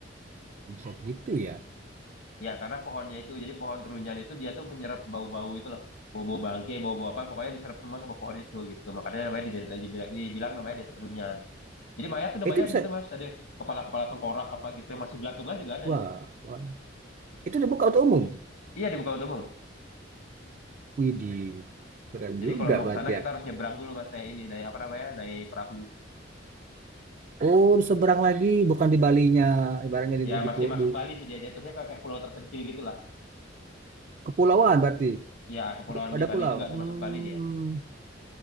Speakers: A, on the right; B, on the left.
A: Bisa gitu ya.
B: Ya, karena pohonnya itu, jadi pohon terunyan itu dia tuh menyerap bau-bau itu loh. Bau-bau bangke, bau-bau apa, pokoknya diserap semua sama pohon itu gitu. Makanya namanya di- di- dibilang, dibilang namanya desa terunyan. Jadi mayat tuh udah
A: itu
B: banyak
A: bisa
B: di situ mas. Ada kepala-kepala tengkorak apa gitu yang masih belatungan juga ada
A: wah,
B: di situ.
A: wah. itu dibuka untuk umum
B: Iya di Bukaun Umum.
A: Widih, keren
B: Jadi
A: juga
B: kalau mau
A: berarti
B: ke sana kita
A: ya
B: harus nyebrang dulu mas naik ini, naik apa namanya, naik perahu.
A: oh seberang lagi bukan di Balinya ibaratnya di,
B: Ya
A: di, di,
B: masih
A: pu-
B: masuk
A: di
B: Bali sih dia jatuhnya kayak, kayak pulau terpencil gitu lah.
A: kepulauan berarti
B: Ya kepulauan
A: ada
B: di Bali
A: pulau
B: juga termasuk
A: hmm,
B: Bali dia.